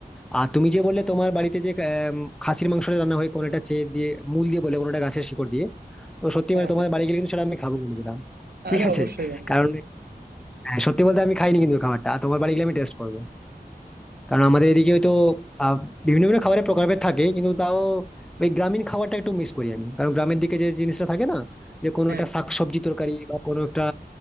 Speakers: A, in the centre; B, on the right.
A: আর তুমি যে বললে তোমার বাড়িতে যে আহ, খাসির মাংসটা রান্না হয় কোনোটা চেয়ে দিয়ে মূল দিয়ে বলে কোনোটা গাছের শিকড় দিয়ে তো সত্যি
B: হ্যাঁ
A: মানে তোমার
B: হ্যাঁ
A: বাড়ি গেলে কিন্তু সেটা আমি খাবো বলে দিলাম ঠিক
B: আরে
A: আছে
B: অবশ্যই বন্ধু
A: কারণ হ্যাঁ, সত্যি বলতে আমি খাইনি কিন্তু খাবারটা আর তোমার বাড়ি গেলে আমি টেস্ট করবো কারণ আমাদের এদিকে হয়তো আহ, বিভিন্ন বিভিন্ন খাবারের প্রকারভেদ থাকে কিন্তু তাও ওই গ্রামীণ খাবারটা একটু মিস করি আমি কারণ গ্রামের দিকে যে জিনিসটা থাকে না যে কোনো
B: হ্যাঁ
A: একটা শাকসবজি তরকারি বা কোনো একটা